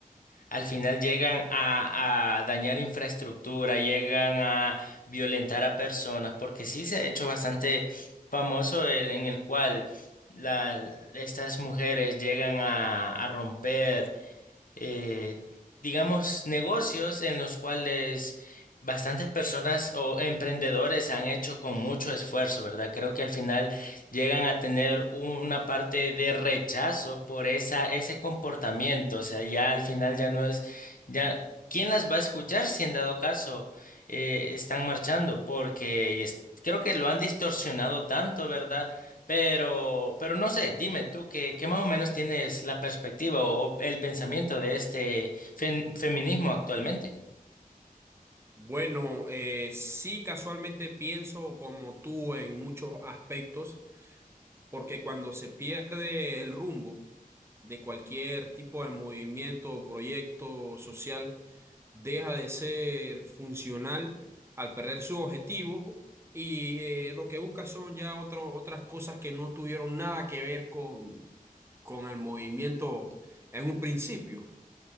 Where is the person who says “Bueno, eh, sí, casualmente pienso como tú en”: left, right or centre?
Right